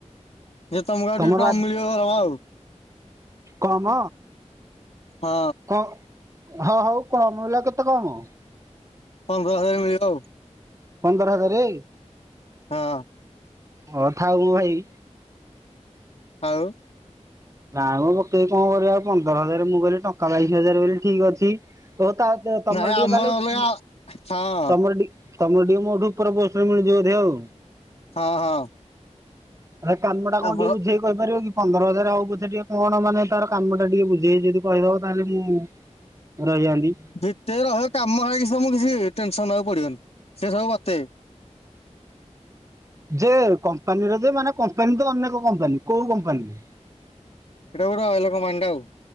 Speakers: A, on the left; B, on the right.
A: ଯଦି ତମକୁ ଆଉ
B: ତମର
A: ଟିକେ କମ୍
B: ଆଜି
A: ମିଳିବ ଦରମା ଆଉ।
B: କମ।
A: ହଁ।
B: କ ହଁ ହଉ କମ ହେଲେ ଆଉ କେତେ କମ।
A: ପନ୍ଦର ହଜାର ମିଳିବ ଆଉ।
B: ପନ୍ଦର ହଜାରେ।
A: ହଁ।
B: ହଉ ଥାଉ ଭାଇ ମ ଭାଇ।
A: ଆଉ।
B: ନାଇ ମୁଁ ପକେଇକି କଁ କରିବା ପନ୍ଦର ହଜାର ମୁଁ କହିଲି ଟଙ୍କା ବାଇଶି ହଜାର ବୋଲି ଠିକ ଅଛି ତ ତା ତ ତମର
A: ନାଇଁ
B: ଟିକେ
A: ଆମର
B: ତାହେଲେ
A: ଅଲଗା
B: ମୋ
A: ହଁ
B: ତମର ଟି ତମର ଟିକେ ମୋଠୁ ଉପର ପୋଷ୍ଟରେ ମିଳିଥିବ ବୋଧେ ଆଉ।
A: ହଁ ହଁ।
B: ଭାଇ କାମଟା କଣ
A: ଆମର
B: ଟିକେ ବୁଝେଇକି କହିପାରିବ କି ପନ୍ଦର ହଜାର ହଉ ପ ଛେ ଟିକେ କଣ ମାନେ ତାର କାମ ଟା ଟିକେ ବୁଝେଇକି ଯଦି କହିଦବ ତାହେଲେ ମୁଁ ରହିଯାଆନ୍ତି।
A: ଭିତରେ ରହିବ କାମ ହେଇକି ସବୁ କିଛି ଟେନସନ ନବାକୁ ପଡ଼ିବନି ସେ ସବୁ ବତେଇବେ।
B: ଯେ କମ୍ପାନୀରେ ତ ମାନେ କମ୍ପାନୀ ତ ଅନେକ କମ୍ପାନୀ କୋଉ କମ୍ପାନୀରେ?
A: ଏଟା ଗୋଟେ ଅଏଲ କମ୍ପାନୀ ଟା ଆଉ।